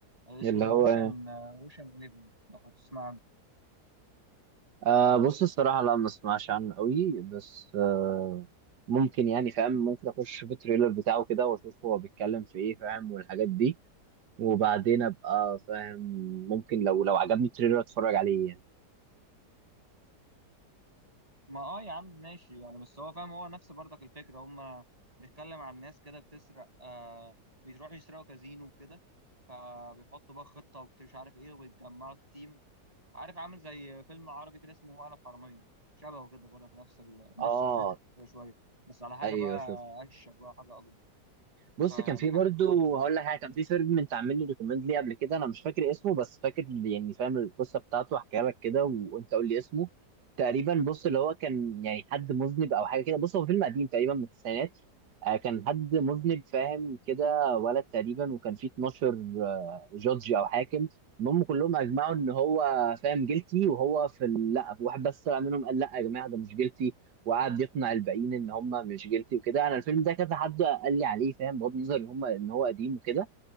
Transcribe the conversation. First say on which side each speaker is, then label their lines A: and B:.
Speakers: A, on the right; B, on the right.
A: آه، اسمه
B: اللي هو
A: اوشن آه، اوشن 11 لو تسمع عنه
B: آه بص الصراحه لا ما اسمعش عنه قوي بس آه ممكن يعني فاهم ممكن اخش في التريلر بتاعه كده واشوف هو بيتكلم في ايه فاهم والحاجات دي وبعدين ابقى فاهم ممكن لو لو عجبني التريلر اتفرج عليه يعني
A: ما اه يا عم ماشي يعني بس هو فاهم هو نفس برضك الفكره هم بيتكلم عن ناس كده بتسرق آه بيروحوا يسرقوا كازينو وكده فبيحطوا بقى خطه ومش عارف ايه وبيتجمعوا التيم عارف عامل زي فيلم عربي كده اسمه انا في حراميه شبهه كده برضه نفس ال... نفس
B: اه
A: الفكره شويه بس على حاجه
B: ايوه
A: بقى
B: شفت
A: اشيك بقى حاجه اكبر
B: بص
A: ك... يعني
B: كان في
A: حاجه
B: برضه
A: كبادجت اكبر
B: هقول لك حاجه كان في فيلم انت عامل لي ريكومند ليه قبل كده انا مش فاكر اسمه بس فاكر يعني فاهم القصه بتاعته هحكيها لك كده وانت قول لي اسمه تقريبا بص اللي هو كان يعني حد مذنب او حاجه كده بص هو فيلم قديم تقريبا من التسعينات آه، كان حد مذنب فاهم كده ولد تقريبا وكان فيه 12 آه، جودج او حاكم المهم كلهم اجمعوا ان هو فاهم جيلتي وهو في ال- لا واحد بس طلع منهم قال لا يا جماعه ده مش جيلتي وقعد يقنع الباقيين ان هم مش جيلتي وكده انا الفيلم ده كذا حد قال لي عليه فاهم بغض النظر ان هم ان هو قديم وكده